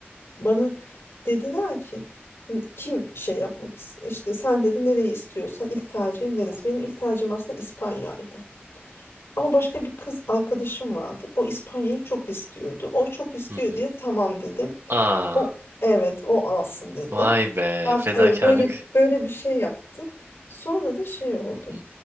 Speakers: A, on the left (about 85°); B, on the right (about 75°).
A: Bana dediler ki kim şey yapmak istiyor? İşte sen dedi nereyi istiyorsan ilk tercihin neresi? Benim ilk tercihim aslında İspanya'ydı. Ama başka bir kız arkadaşım vardı. O İspanya'yı çok istiyordu. O çok istiyor
B: hı hı.
A: diye tamam dedim.
B: Aa,
A: O evet o alsın dedim.
B: vay be
A: Ben
B: fedakarlık.
A: evet, böyle böyle bir şey yaptım. Sonra da şey oldu.
B: Hı hı.